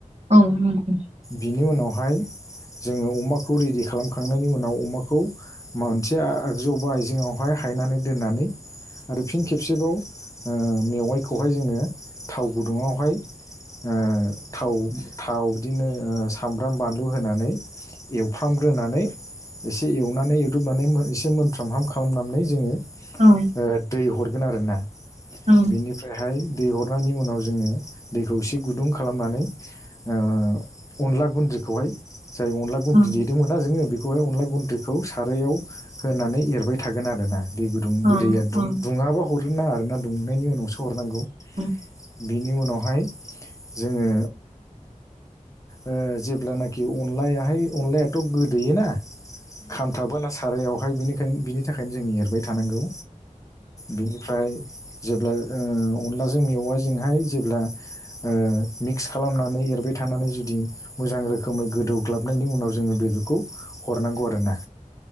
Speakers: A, on the right; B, on the left.
A: औ नंगौ
B: बिनि उनावहाय जोङो अमाखौ रेडि खालामखांनायनि उनाव अमाखौ मोनसे एबा आगजुआव बेवहाय हायनानै दोननानै आरो फिन खेबसेबाव ओ मेवाइखौहाय जोङो थाव गुदुङावहाय ओ थाव थाव बिदिनो ओ सामब्राम बानलु होनानै एवफ्रामग्रोनानै एसे एवनानै एवदुबनानै मोन एसे मोनफ्रामहाम खा खालामनानै जोङो ओ
A: औ
B: दै हरगोन आरोना
A: औ
B: बिनिफ्रायहाय दै हरनायनि उनाव जोङो दैखौ इसे गुदुं खालामनानै ओ अनला गुन्द्रु बिखौहाय जाय अनला गुन्द्रि
A: औ ओ
B: देदोंमोना जोङो बेखौहाय अनला गुन्द्रिखौ सारायाव होनानै एरबाय थागोन आरोना दै गुदुं गोदैया
A: औ
B: दुं
A: औ ओ औ
B: दुङाबा हरनो नाङा आरो ना दुंनायनि उनावसो हरनांगौ।
A: औ
B: बिनि उनावहाय जोङो ओ जेब्लानाखि अनलायाहाय अनलायाथ' गोदैयोना खामथाबबोना सारायावहाय बेनिखायनो बिनि थाखायनो जों एरबाय थानांगौ। बेनिफ्राय जेब्ला ओ अनलाजों मेवायजोंहाय जेब्ला ओ मिक्स खालामनानै एरबाय थाय थानानै जुदि मोजां रोखोमै गोदौग्लाबनायनि उनाव जोङो बेदरखौ हरनांगौ आरो ना।